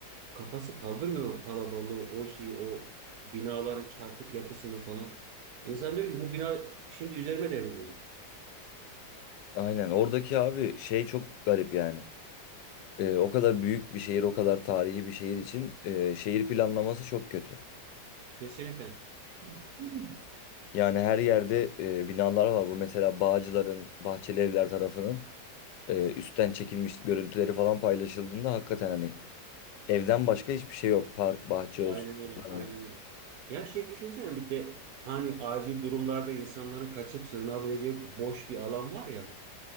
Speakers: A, on the right; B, on the left.
A: kafası kaldırmıyor o kalabalığı, o şeyi, o binaların çarpık yapısını falan. İnsan diyor ki bu bina şimdi üzerime devrilecek.
B: Aynen. Oradaki abi şey çok garip yani. Ee, o kadar büyük bir şehir, o kadar tarihi bir şehir için e, şehir planlaması çok kötü.
A: Kesinlikle. <clears throat>
B: Yani her yerde e, binalar var. Bu mesela Bağcılar'ın, Bahçeli Evler tarafının e, üstten çekilmiş görüntüleri falan paylaşıldığında hakikaten hani evden başka hiçbir şey yok. Park, bahçe
A: Aynen
B: olsun.
A: öyle.
B: olsun.
A: Aynen öyle. Ya şey düşünsene bir de hani acil durumlarda insanların kaçıp sığınabileceği boş bir alan var ya.